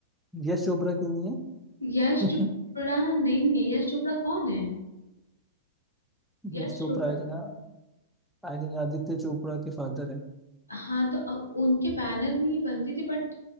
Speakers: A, in the centre; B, on the left (about 80°).
A: यश चोपड़ा क्यों नहीं
B: यश चोपड़ा
A: है
B: नहीं है यश चोपड़ा कौन है
A: <laughs>
B: यश
A: यश Chopra
B: चोपड़ा
A: I
B: कौन
A: think I think Aditya Chopra के फादर है
B: हाँ तो अ- उनके बैनर में ही बनती थी but